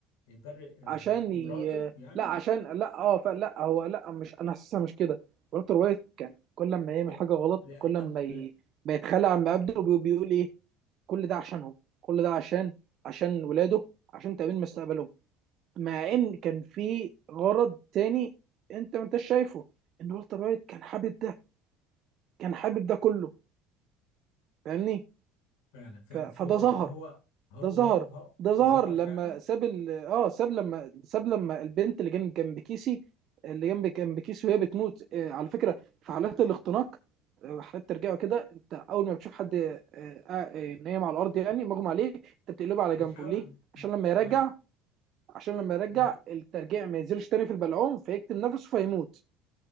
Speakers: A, on the left; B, on the right.
A: يبرئ آه،
B: عشان
A: مراته
B: ي...
A: يعني
B: لا عشان لا اه فلا هو لا مش انا حاسسها مش كده والتر وايت كان كل ما يعمل
A: لا-
B: حاجه غلط
A: لأن
B: كل ما ي...
A: لا،
B: ما يتخلى عن مبادئه بي- بيقول ايه كل ده عشانهم كل ده عشان عشان ولاده عشان تامين مستقبلهم مع ان كان في غرض تاني انت ما انتش شايفه ان والتر وايت كان حابب ده كان حابب ده كله فاهمني
A: فعلا فعلا
B: ف- فده
A: فهو
B: ظهر
A: ب... هو هو
B: ده ظهر
A: هو, هو
B: ده ظهر
A: ظهر
B: لما
A: فعلا
B: ساب ال... اه ساب لما ساب لما البنت اللي كانت جنب كيسي اللي جنب جنب كيسي وهي بتموت آه على فكره في حالات الاختناق آه، حالات ترجعه كده انت اول ما بتشوف حد آه، آه، نايم على الارض يعني مغمى عليه انت بتقلبه على
A: بتحاول
B: جنبه ليه؟ عشان لما يرجع
A: اه
B: عشان لما يرجع
A: ب...
B: الترجيع ما ينزلش تاني في البلعوم فيكتم نفسه فيموت